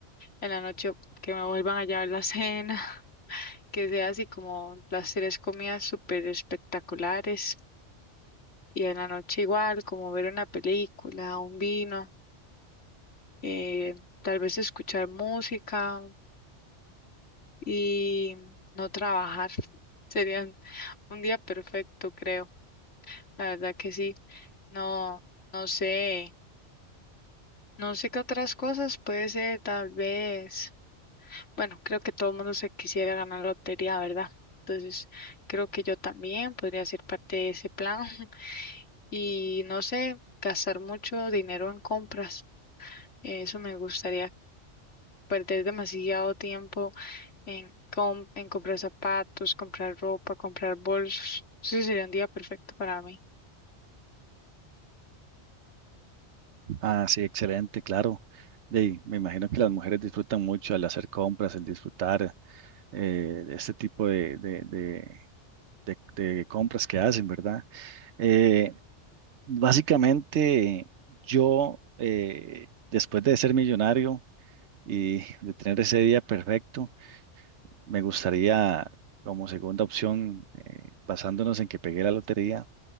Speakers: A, on the left; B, on the right.
A: en la noche que me vuelvan a llevar la cena, <laughs> que sea así como las tres comidas súper espectaculares y en la noche igual, como ver una película, un vino, eh, tal vez escuchar música y no trabajar. <laughs> Sería un día perfecto, creo. La verdad que sí. No, no sé, no sé qué otras cosas puede ser, tal vez. Bueno, creo que todo el mundo se quisiera ganar la lotería, ¿verdad? Entonces, creo que yo también podría ser parte de ese plan <laughs> y no sé, gastar mucho dinero en compras. Eso me gustaría, perder demasiado tiempo en, com- en comprar zapatos, comprar ropa, comprar bolsos. Ese sería un día perfecto para mí.
B: Ah, sí, excelente, claro. De me imagino que las mujeres disfrutan mucho el hacer compras, el disfrutar eh, de este tipo de, de, de- de- de compras que hacen, ¿verdad? Eh, básicamente, yo, eh, después de ser millonario y de tener ese día perfecto, me gustaría, como segunda opción, eh, basándonos en que pegué la lotería,